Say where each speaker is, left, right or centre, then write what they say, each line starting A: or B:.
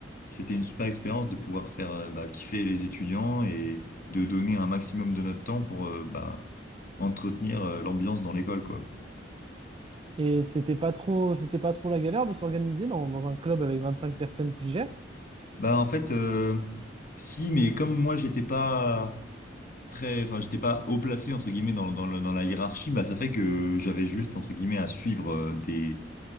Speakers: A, on the left; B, on the right.
A: c'était une super expérience de pouvoir faire euh, bah, kiffer les étudiants et de donner un maximum de notre temps pour euh, bah, entretenir euh, l'ambiance dans l'école quoi.
B: Et c'était pas trop, c'était pas trop la galère de s'organiser dans, dans un club avec 25 personnes qui gèrent?
A: Bah en fait euh, si, mais comme moi j'étais pas très, enfin j'étais pas haut placé entre guillemets dans dans la, dans la hiérarchie, bah ça fait que j'avais juste entre guillemets à suivre euh, des